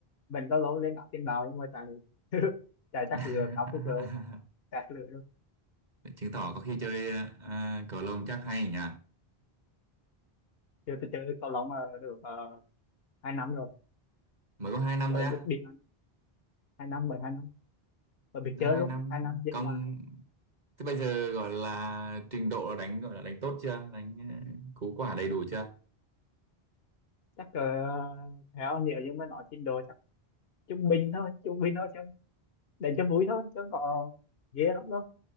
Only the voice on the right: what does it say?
<laughs>
chứng tỏ có khi chơi uh, cầu lông chắc hay nhỉ
mới có hai năm
thôi á
hai
năm
con
thế bây giờ gọi là trình độ là đánh gọi là đánh tốt chưa đánh uh, cú quả đầy đủ chưa